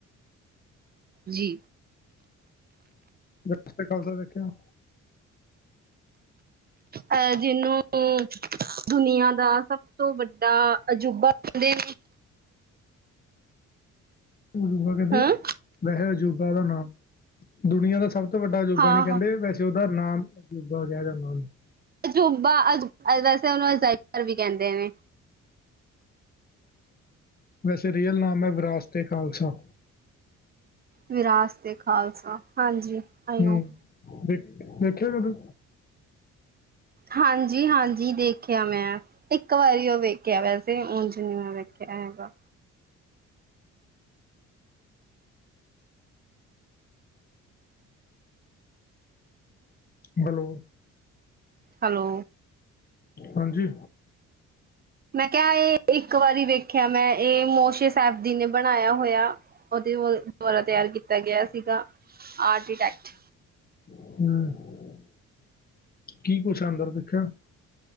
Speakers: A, on the right; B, on the left.
A: ਜੀ
B: ਜਾਸਤੇ <unintelligible> ਖਾਲਸਾ ਦੇੇਖਿਆ
A: ਅਹ ਜਿਹਨੂੰ ਦੁਨੀਆਂ ਦਾ ਸਭ ਤੋਂ ਵੱਡਾ ਅਜੂਬਾਦੇ
B: ਜੂ ਕਹਿੰਦੇ
A: ਹਾਂ,
B: ਵੈਸ ਅਜੂਬ ਦਾ ਨਾਮ ਦੁਨੀਆਂ ਦਾ ਸਭ ਤੋਂ ਵੱਡਾ ਅੂਬਾ
A: ਹਾਂ-ਹਾਂ।
B: ਨੀ ਕਹਿੰਦੇ ਵੈਸੇ ਉਹਦਾ ਨਾਮ ਅਜੂਬਾ ਹੋ ਗਿਆ ਜਾਂ ਨ
A: ਅਜੂਬਾ ਵੈਸੇ ਉਹਨੂੰ ਅ ਵੀ ਕਹਿੰਦੇ ਨੇ
B: ਵੈਸੇ ਰੀਅਲ ਨਾਮ ਹੈ ਵਿਰਾਸਤ ਖਾਲਸਾ
A: ਵਿਰਾਸਤ ਖਾਲਸਾ ਹਾਂਜੀ ਆਈਓ।
B: ਹਮ ਦੇਖ ਦੇੇਖਿਆ ਕਦੋਂ
A: ਹਾਂਜੀ ਹਾਂਜੀ ਦੇਖਿਆ ਮੈਂ ਇੱਕ ਵਾਰੀ ਉਹ ਵੇਖਿਆ ਵੈਸੇ ਉਂਝ ਨੀ ਮੈਂ ਵੇਖਿਆ ਆਹਗਾ
B: ਹੈਲੋ
A: ਹੈਲੋ
B: ਹਾਂਜੀ
A: ਮੈਂ ਕਿਹਾ ਇਹ ਇੱਕ ਵਾਰੀ ਵੇਖਿਆ ਮੈਂ ਇਹ ਮੋਸ਼ੇ ਸਾਹਿਬ ਜ ਨੇ ਬਣਾਇਆ ਹੋਇਆ ਉਹਦੇ ਦੁਆਰਾ ਤਿਆਰ ਕੀਤਾ ਗਿਆ ਸੀਗਾ ਆਰਟੀਟੈਕਟ
B: ਹਮ ਕੀ ਕੁੱਛ ਆਉਂਦਰ ਦੇਖਿਆ